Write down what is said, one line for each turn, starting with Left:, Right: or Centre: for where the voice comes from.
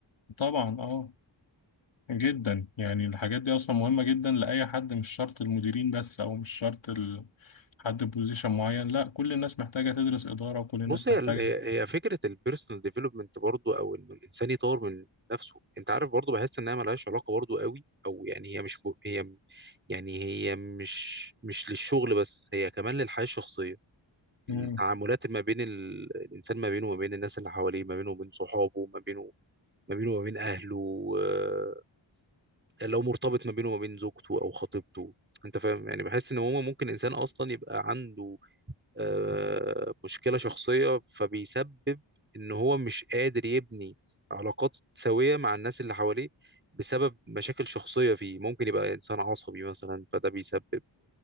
Left: طبعا اه جدا يعني الحاجات دي اصلا مهمه جدا لاي حد مش شرط المديرين بس او مش شرط ال... حد بوزيشن معين لا كل الناس محتاجه تدرس اداره وكل الناس
Right: بص هي
Left: محتاجه
Right: هي هي فكره البيرسونال ديفلوبمنت برضو او انه الانسان يطور من نفسه انت عارف برضو بحس انها ملهاش علاقه برضو قوي او يعني هي مش ب- هي يعني هي مش مش للشغل بس هي كمان للحياه الشخصيه
Left: مم.
Right: التعاملات ما بين ال... الانسان ما بينه وما بين الناس اللي حواليه ما بينه وبين صحابه ما بينه ما بينه وما بين اهله آه، لو مرتبط ما بينه وما بين زوجته او خطيبته انت فاهم يعني بحس ان هو ممكن انسان اصلا يبقى عنده آه، مشكلة شخصية فبيسبب إن هو مش قادر يبني علاقات سوية مع الناس اللي حواليه بسبب مشاكل شخصية فيه ممكن يبقى إنسان عصبي مثلا فده بيسبب